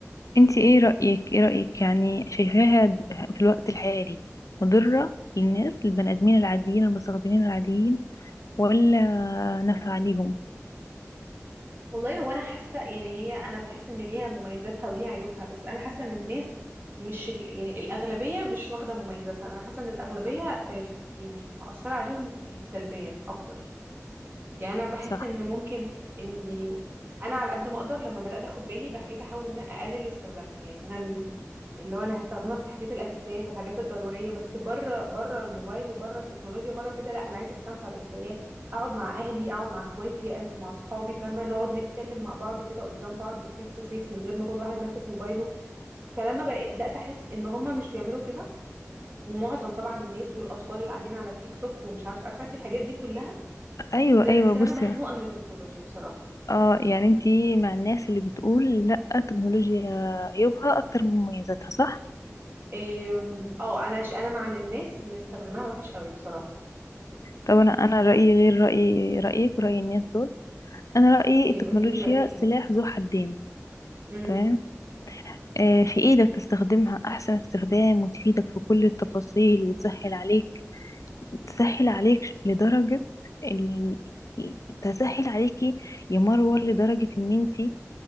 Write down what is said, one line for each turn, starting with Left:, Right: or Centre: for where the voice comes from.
Left: انت ايه رأيك ايه رأيك يعني شايفاها د- في الوقت الحالي مضرة للناس للبني ادمين العاديين المستخدمين العاديين ولا نافعة ليهم
Right: والله هو انا حاسه يعني هي انا بحس ان ليها مميزاتها وليها عيوبها بس انا حاسه ان الناس مش ال- يعني الاغلبيه مش واخده مميزاتها انا حاسه ان الاغلبيه آه، يعني مأثره عليهم آه، سلبيا اكتر يعني انا بحس
Left: صح
Right: ان ممكن ان يعني انا على قد ما اقدر لما بدات اخد بالي بقيت احاول ان انا اقلل استخدامها يعني انا م- اللي هو انا هستخدمها في الحاجات الاساسيه في الحاجات الضروريه بس بره بره الموبايل وبره التكنولوجيا بره كده لا انا عايزه استمتع بالحياه اقعد مع اهلي اقعد مع اخواتي انزل مع اصحابي فاهمه نقعد نتكلم مع بعض كده قدام بعض فيس تو فيس من غير ما كل واحد ماسك موبايله فلما بدات احس ان هم مش بيعملوا كده ومعظم طبعا الناس والاطفال اللي قاعدين على تيك توك ومش عارفه عارفه انت الحاجات دي كلها
Left: ايوه
Right: بدأت
Left: ايوه
Right: أحس إن
Left: بصي
Right: أنا مخنوقة من التكنولوجيا بصراحة
Left: اه يعني انت مع الناس اللي بتقول لا التكنولوجيا عيوبها اكتر من مميزاتها صح
Right: إيه، أم، اه أنا ش... أنا مع إن الناس مستخدماها وحش قوي بصراحة
Left: طب انا انا رأيي غير رأي رأيك ورأي الناس دول انا رأيي
Right: إيه
Left: التكنولوجيا
Right: قولي لي رأيك إيه
Left: سلاح ذو حدين
Right: امم
Left: تمام آه، في إيدك تستخدمها أحسن استخدام وتفيدك في كل التفاصيل وتسهل عليك تسهل عليك لدرجة ال... تسهل عليكي يا مروة لدرجة إن أنتي